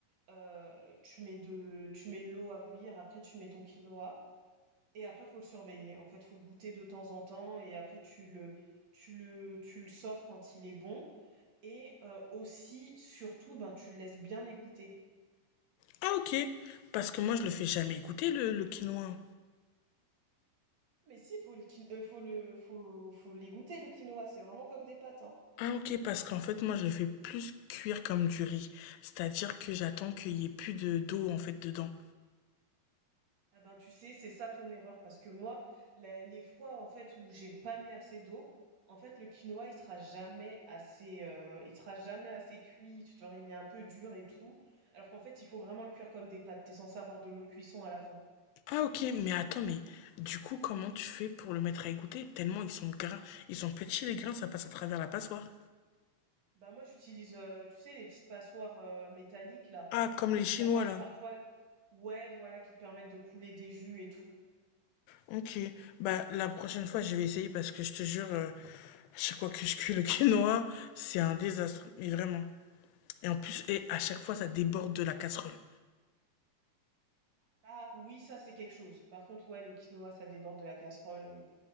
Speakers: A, on the right; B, on the left.
A: heu, tu mets de tu mets de l'eau à bouillir, après tu mets ton quinoa et après faut le surveiller. En fait, faut le goûter de temps en temps et après tu le tu le tu le sors quand il est bon et heu, aussi, surtout, ben, tu le laisses bien égoutter.
B: Ah ok, parce que moi je le fais jamais goûter le, le quinoa.
A: Mais si, faut le quin heu, faut le faut faut les goûter le quinoa, c'est vraiment comme des pâtes, hein.
B: Ah ok, parce qu'en fait, moi, je le fais plus cuire comme du riz. C'est-à-dire que j'attends qu'il y ait plus de d'eau, en fait, dedans.
A: Ah ben, tu sais, c'est ça ton erreur parce que moi, la les fois, en fait, où j'ai pas mis assez d'eau, en fait, le quinoa, il sera jamais assez, heu, il sera jamais assez cuit, tu vois? Il est un peu dur et tout, alors qu'en fait, il faut vraiment le cuire comme des pâtes. T'es censé avoir de l'eau de cuisson à la fin.
B: Ah ok, mais attends, mais du coup, comment tu fais pour le mettre à égoutter? Tellement ils sont gras. Ils sont petits, les grains, ça passe à travers la passoire.
A: Bah, moi, j'utilise, heu, tu sais, les petites passoires, heu, métalliques là,
B: Ah, comme les
A: qui
B: Chinois,
A: te permettent
B: là.
A: parfois ouais, voilà, qui te permettent de couler des jus et tout.
B: Ok, bah la prochaine fois, je vais essayer parce que je te jure, euh, à chaque fois que je cuis le <laughs> quinoa, c'est un désastre, mais vraiment. Et en plus, et à chaque fois, ça déborde de la casserole.
A: Ah oui, ça c'est quelque chose. Par contre, ouais, le quinoa, ça déborde de la casserole. Et,